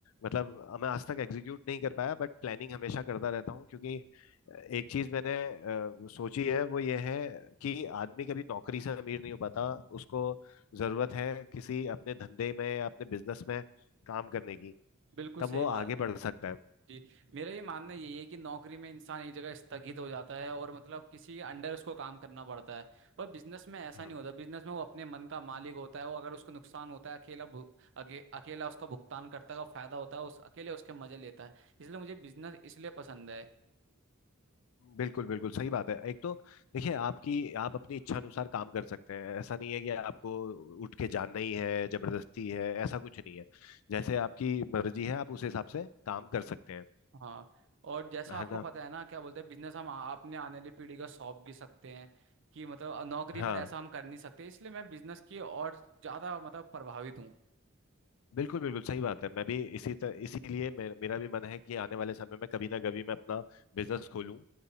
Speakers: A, on the left (about 75°); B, on the right (about 60°).
A: मतलब मैं आज तक एग्जीक्यूट नहीं कर पाया बट प्लानिंग हमेशा करता रहता हूँ क्योंकि अ, एक चीज मैंने अ, सोची है वो ये है कि आदमी कभी नौकरी से अमीर नहीं हो पाता उसको जरूरत है किसी अपने धंधे में अपने बिजनेस में काम करने की
B: बिल्कुल
A: तब
B: सही
A: वो आगे
B: बात
A: बढ़ सकता है
B: जी मेरा ये मानना यही है कि नौकरी में इंसान एक जगह स्थगित हो जाता है और मतलब किसी के अंडर उसको काम करना पड़ता है पर बिजनेस में ऐसा
A: हम्म
B: नहीं होता बिजनेस में वो अपने मन का मालिक होता है वो अगर उसको नुकसान होता है अकेला भु- अके, अकेला उसका भुगतान करता है और फायदा होता है उस अकेले उसके मजे लेता है इसलिए मुझे बिजनेस इसलिए पसंद है
A: बिल्कुल बिल्कुल सही बात है एक तो देखिए आपकी आप अपनी इच्छा अनुसार काम कर सकते हैं ऐसा नहीं है कि आपको उठ के जाना ही है जबरदस्ती है ऐसा कुछ नहीं है जैसे आपकी मर्जी है आप उस हिसाब से काम कर सकते हैं
B: हाँ और जैसा आपको
A: है ना
B: पता है ना क्या बोलते हैं बिजनेस हम आ- अपने आने वाली पीढ़ी को सौंप भी सकते हैं कि मतलब नौकरी
A: हाँ
B: पर ऐसा हम कर नहीं सकते इसलिए मैं बिजनेस की और ज्यादा मतलब प्रभावित हूँ
A: बिल्कुल बिल्कुल सही बात है मैं भी इसी तरह इसीलिए मे, मेरा भी मन है कि आने वाले समय में कभी ना कभी मैं अपना बिजनेस खोलूं